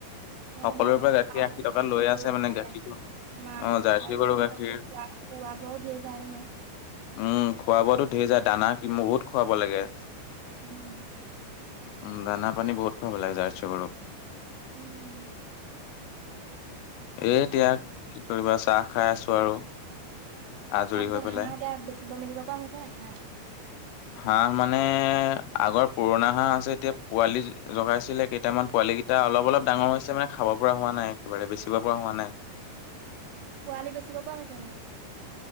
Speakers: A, on the right; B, on the left.
A: হয়
B: সকলো
A: বাৰু
B: পৰা গাখীৰ
A: আৰু
B: আশী
A: জাহাজ
B: টকা লৈ
A: কৰি
B: আছে মানে
A: ইফালে
B: গাখীৰটো।
A: তোমাৰ
B: অ জাৰ্চি
A: আৰু
B: গৰু
A: দু <unintelligible>
B: গাখীৰ।
A: খোৱা বোৱাও ধেৰ যায় নহয়।
B: উম খোৱা বোৱাটো ঢেৰ যায়, দানা কি বহুত খোৱাব লাগে।
A: উম।
B: উম, দানা পানী বহুত খুৱাব লাগে জাৰ্চী গৰুক।
A: উম।
B: এ এতিয়া, কি কৰিবা চাহ খাই আছো আৰু। আজৰি
A: তাৰপিছত
B: হৈ পেলাই।
A: হাঁহ এতিয়া বেচিব মেলিব পৰা হৈছে নে হাঁহ?
B: হাঁহ মানে আগৰ পুৰণা হাঁহ আছে এতিয়া পোৱালি জগাইছিলে কেইটামান পোৱালি পোৱালিকেইটা অলপ অলপ ডাঙৰ হৈছে মানে খাব পৰা হোৱা নাই একেবাৰে বেচিব পৰা হোৱা নাই।
A: পোৱালি বেচিব পৰা হৈছেনে?